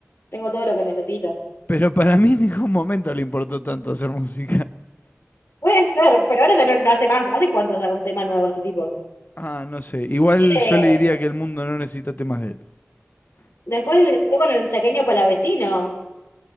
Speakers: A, on the left; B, on the left.
A: Tengo todo lo que necesito.
B: Pero para mí en ningún momento le importó tanto hacer música.
A: Puede ser, pero ahora ya no, no hace más. ¿Hace cuánto saca un tema nuevo este tipo?
B: Ah, no sé. Igual
A: Eh,
B: yo le diría que el mundo no necesita temas de él.
A: Después le pegó con el chaqueño palavecino.